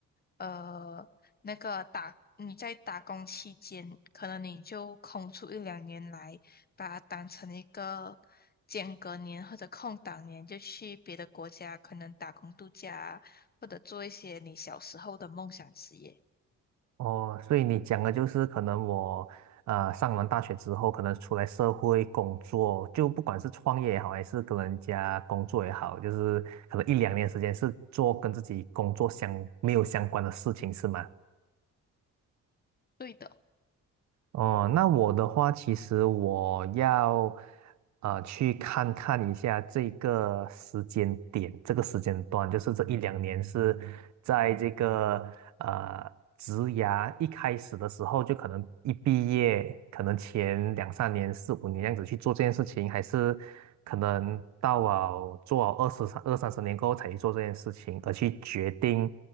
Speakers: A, on the left; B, on the right.
A: 呃那个打你在打工期间，可能你就空出一两年来，把它当成一个间隔年或者空档年，就去别的国家可能打工度假啊或者做一些你小时候的梦想职业。
B: 哦，所以你讲的就是可能我呃上完大学之后，可能出来社会工作，就不管是创业也好，还是跟人家工作也好，就是可能一两年时间是做跟自己工作相没有相关的事情，是吗？
A: 对的，
B: 哦，那我的话，其实我要呃去看看一下这个时间点，这个时间段，就是这一两年是在这个呃职涯一开始的时候，就可能一毕业，可能前两三年、四五年这样子去做这件事情，还是可能到了做了二十三、二三十年过后才去做这件事情，而去决定